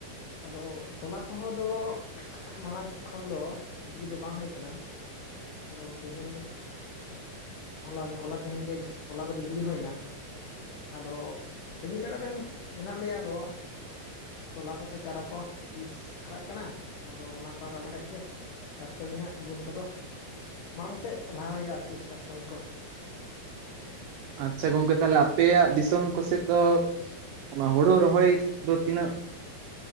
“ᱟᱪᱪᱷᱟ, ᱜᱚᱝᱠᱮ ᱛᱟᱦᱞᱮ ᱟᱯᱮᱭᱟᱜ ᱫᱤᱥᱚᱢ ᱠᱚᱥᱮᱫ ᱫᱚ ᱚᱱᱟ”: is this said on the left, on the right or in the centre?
Right